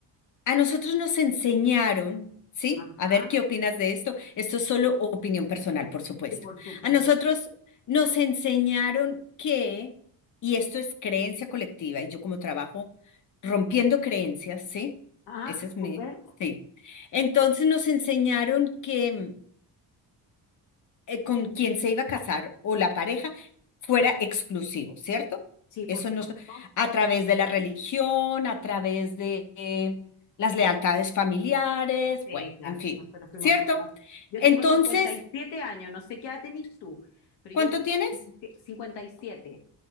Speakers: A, on the left; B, on the left.
A: a nosotros nos enseñaron, ¿sí?
B: Ajá,
A: A ver qué opinas de esto. Esto es solo opinión personal, por supuesto.
B: sí, por supuesto.
A: A nosotros nos enseñaron que, y esto es creencia colectiva, y yo como trabajo rompiendo creencias, ¿sí?
B: Ajá,
A: Ese es mi,
B: súper.
A: sí. Entonces nos enseñaron que eh, con quien se iba a casar o la pareja fuera exclusivo, ¿cierto?
B: Sí, por
A: Eso
B: supuesto.
A: no, so- a través de la religión, a través de eh, las lealtades familiares,
B: Sí,
A: bueno,
B: claro,
A: en fin,
B: nosotros fuimos
A: ¿cierto?
B: criados. Yo
A: Entonces,
B: tengo cincuenta y siete años, no sé qué edad tenés tú, pero
A: ¿cuánto
B: yo tengo
A: tienes?
B: 57,